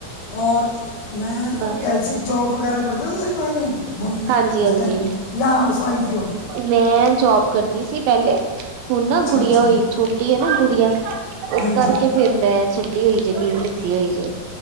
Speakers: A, on the left (about 85°); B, on the right (about 75°).
A: ਔਰ ਮੈਂ
B: ਬਸ
A: ਕੈਲਸੀ ਜੋਬ ਵਗੈਰਾ ਕਰਦੇ ਹੋ ਤੁਸੀਂ ਕੋਈ ਨਹੀਂ, ਹੁਣ
B: ਹਾਂਜੀ
A: ਐਸ
B: ਹਾਂਜੀ
A: ਟੈਮ। ਜਾਂ ਹਾਊਸ ਵਾਈਫ ਈ ਹੋਵੇ।
B: ਮੈਂ ਜੋਬ ਕਰਦੀ ਸੀ ਪਹਿਲੇ। ਹੁਣ ਨਾ
A: ਅੱਛਾ
B: ਗੁੜੀਆ
A: ਅੱਛਾ
B: ਹੋਈ, ਛੋਟੀ ਹੈ ਨਾ ਗੁੜੀਆ, ਉਸ
A: ਹਾਂਜੀ
B: ਕਰਕੇ ਫੇਰ ਮੈਂ ਛੱਡੀ ਹੋਈ ਜੇ, ਨੀੜ ਲਿੱਤੀ ਹੋਈ ਜੇ।